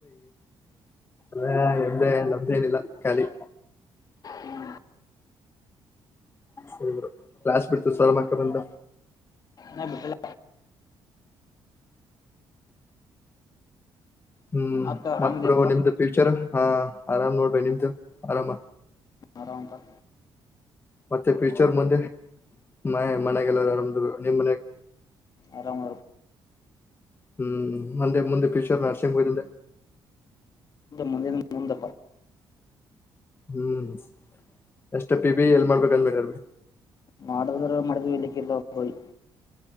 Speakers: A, on the left; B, on the left.
A: ಅ ನಿಮ್ದೇ ನಮ್ದೇನಿಲ್ಲ ಖಾಲಿ.
B: ಹ್ಮ್
A: ಹ ಕ್ಲಾಸ್ ಬಿಡ್ತ ಸರ್ ಮಕ್ಕ ಬಂದ.
B: ನ ಬಿಟ್ಟಲ.
A: ಹ್ಮ್
B: ಮತ್ತ ಆರಾಮದಿಯಲ್ಲಪ್ಪ
A: ಮತ್ ಬ್ರೋ ನಿಮ್ದ ಫ್ಯೂಚರ್. ಹಾ ಆರಾಮ್ ನೋಡ್ಬೇ ನಿಮ್ದು ಆರಾಮ.
B: ಆರಾಮಪಾ.
A: ಮತ್ತೆ ಫ್ಯೂಚರ್ ಮುಂದೆ. ಮನೆ ಮನೆಯಗೆಲ್ಲರಮ್ದ ನಿಮ್ ಮನೆಗ.
B: ಆರಾಮ.
A: ಹ್ಮ್ ಅಂದೆ ಮುಂದೆ ಫ್ಯೂಚರ್ ಅಸಂಭವೇನು ಇಲನ.
B: ಮುಂದಿನ ಮುಂದ.
A: ಹ್ಮ್ ಎಷ್ಟ ಬಿ ಬಿ ಎಲ್ ಮಾಡ್ಬೇಕಂದಬೇಡಗ.
B: ಮಡಿದರ ಮಡಿದವಿ ಇಲ್ಲಕ್ಕಿಲ್ಲ ಕೋಡಿ.